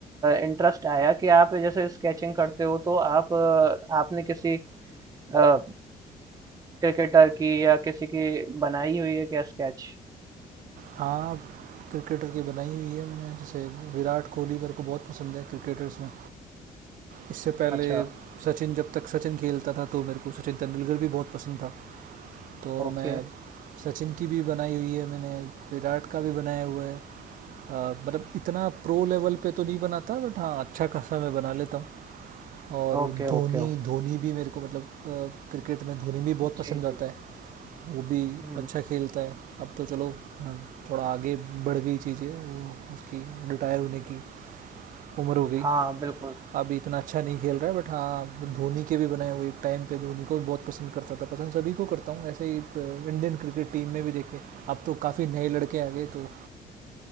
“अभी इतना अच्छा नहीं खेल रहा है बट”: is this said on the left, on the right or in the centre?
Right